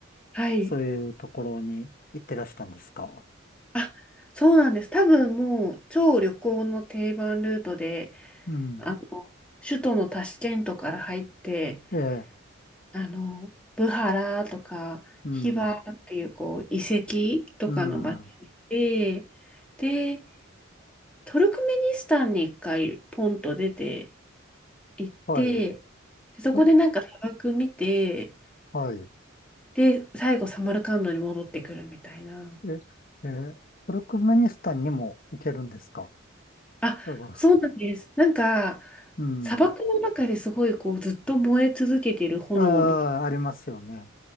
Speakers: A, in the centre; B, on the left.
A: はい。
B: そういうところに行ってらしたんですか
A: あそうなんです。多分もう超旅行の定番ルートで、
B: うん。
A: あの、首都のタシケントから入って、
B: ええ、
A: あの、ブハラとか、
B: うん。
A: ヒバっていう、こう、遺跡とかの街に行って、
B: うん。
A: で、トルクメニスタンに一回ポンと出て行って、
B: はい。
A: でそこでなんか砂漠見て、
B: トル、はい。
A: で、最後サマルカンドに戻ってくるみたいな。
B: え、えートルクメニスタンにも行けるんですか
A: あ、
B: 多分。
A: そうなんです。なんか、
B: うん。
A: 砂漠の中ですごいこうずっと燃え続けてる炎を見て、
B: ああ、ありますよね。